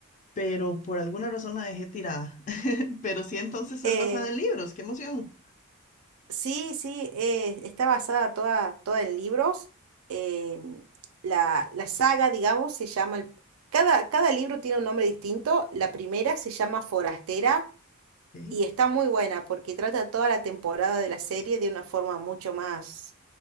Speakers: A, on the left; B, on the right.
A: pero por alguna razón la dejé tirada. Pero sí, entonces
B: Eh,
A: es basada en libros, qué emoción.
B: Sí, sí, eh, está basada toda, toda en libros. eh, la, la saga, digamos, se llama... el- cada, cada libro tiene un nombre distinto. La primera se llama Forastera
A: Ok.
B: y está muy buena porque trata toda la temporada de la serie de una forma mucho más,